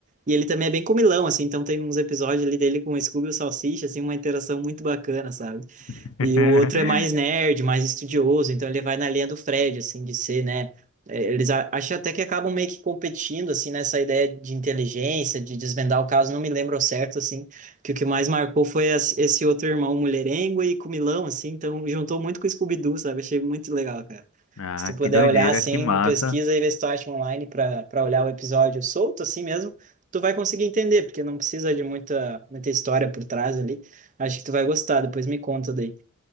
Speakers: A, on the right (about 40°); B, on the left (about 85°).
A: e ele também é bem comilão, assim, então tem uns episódios ali dele com o Scooby e o Salsicha, assim, uma interação muito bacana, sabe?
B: <laughs>
A: E o outro é mais nerd, mais estudioso, então ele vai na linha do Fred, assim, de ser, né? É, Eles a- acho até que acabam meio que competindo, assim, nessa ideia de inteligência, de desvendar o caso, não me lembro ao certo, assim, que o que mais marcou foi as- esse outro irmão mulherengo e comilão, assim, então juntou muito com o Scooby-Doo, sabe? Achei muito legal, cara.
B: Ah,
A: Se tu puder
B: que doideira,
A: olhar, assim,
B: que massa!
A: pesquisa e vê se tu acha online para para olhar o episódio solto, assim mesmo, tu vai conseguir entender, porque não precisa de muita, muita história por trás ali. Acho que tu vai gostar, depois me conta daí.